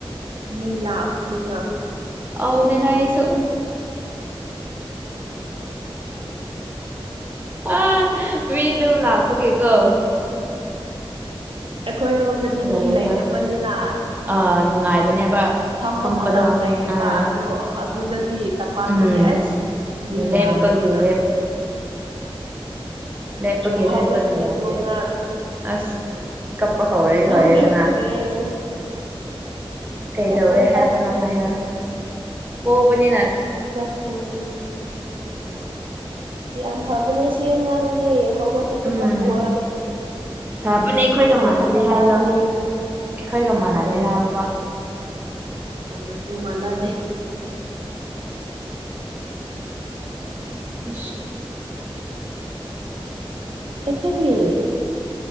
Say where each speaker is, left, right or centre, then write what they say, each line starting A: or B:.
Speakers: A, on the right; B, on the right.
A: ꯃꯤ ꯂꯥꯛꯑꯕꯅꯤꯅ
B: ꯑꯅꯦꯗ ꯁ ꯑ ꯃꯤ ꯑꯗꯨꯝ ꯂꯥꯛꯄꯒꯦꯀꯣ
A: ꯑꯩꯈꯣꯏꯔꯣꯝꯗꯗꯤ ꯃꯤ
B: ꯂꯩꯕ
A: ꯂꯩꯗꯕꯅꯤꯅ
B: ꯑ ꯅꯨꯡꯉꯥꯏꯕꯅꯦꯕ
A: ꯐꯝꯕ
B: ꯐꯝꯕꯗꯣ
A: ꯃꯇꯝ ꯂꯩꯌꯦꯕ
B: ꯑꯥ
A: ꯑꯗꯣ ꯑꯗꯨꯗꯗꯤ ꯇꯝꯄꯥꯛꯗꯗꯤ
B: ꯎꯝ
A: ꯑꯁ
B: ꯂꯦꯞꯄꯒꯤ
A: ꯃꯤ ꯌꯥꯝꯕꯅꯤꯅ
B: ꯅꯦꯄꯒꯤ
A: ꯆꯣ
B: ꯅꯦꯄꯒꯤꯗ꯭ꯔꯦ
A: ꯍꯧꯒꯠꯈ꯭ꯔꯦ ꯇꯣ ꯑꯉꯥꯡ
B: ꯑꯁ ꯀꯄ ꯍ ꯂꯔꯗꯅ
A: ꯍꯧꯒꯠꯈ꯭ꯔꯦ
B: ꯀꯩꯗꯧꯔꯦ
A: ꯀꯞꯄꯣꯏꯗ
B: ꯍꯥꯏꯕꯅꯣ ꯍꯥꯏꯔ ꯄꯣꯛꯕꯅꯤꯅ
A: ꯀꯄꯨ ꯌꯥꯝ ꯐꯕꯅꯦ ꯁꯤ ꯑꯉꯥꯡꯗꯤ ꯍꯧꯒꯠꯂꯨꯁꯨ
B: ꯎꯝ
A: ꯀꯥꯞꯄ
B: ꯐꯕꯅꯦ ꯑꯩꯈꯣꯏꯒ
A: ꯃꯈꯣꯜ
B: ꯃꯥꯟꯅꯗꯦ
A: ꯈꯔꯛꯇ
B: ꯍꯥꯏꯌꯣ
A: ꯇꯥꯒꯅꯤ
B: ꯑꯩꯈꯣꯏꯒ ꯃꯥꯟꯅꯗꯦ
A: ꯎꯝ
B: ꯍꯥꯏꯕ
A: ꯃꯅꯥꯗꯦ ꯃꯅꯥꯗꯦ
B: ꯑ
A: ꯑꯩꯈꯔꯤ